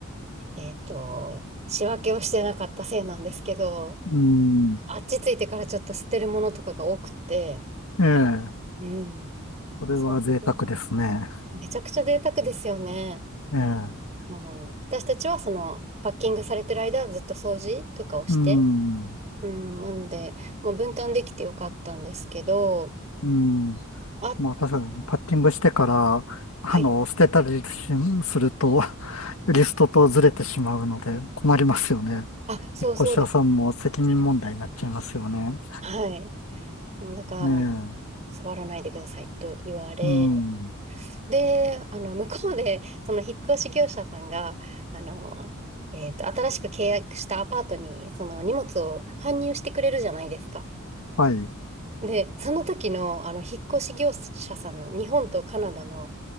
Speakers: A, on the right; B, on the left.
A: えっと、仕分けをしてなかったせいなんですけど、
B: うん、
A: あっち着いてからちょっと捨てるものとかが多くて、
B: ええ
A: うん。
B: これは贅沢ですね。
A: そういうのめちゃくちゃ贅沢ですよね。
B: ええ
A: もう私たちはそのパッキングされてる間はずっと掃除とかをして、
B: うん、
A: うん、なので、まあ、分担できてよかったんですけど、
B: うん、
A: あ、
B: まあ確かにパッティングしてから、あの、
A: はい。
B: 捨てたりしすると、<laughs> リストとずれてしまうので困りますよね。
A: うんあ、そうそうです。
B: 引っ越し屋さんも責任問題になっちゃいますよね。
A: はい。もうだからもう
B: ええ、
A: 触らないでくださいと言われ、
B: うん、
A: で、あの、向こうで、その引っ越し業者さんが、あの、えっと、新しく契約したアパートに、その荷物を搬入してくれるじゃないですか。
B: はい、
A: で、その時の、あの、引っ越し業者さんの日本とカナダの、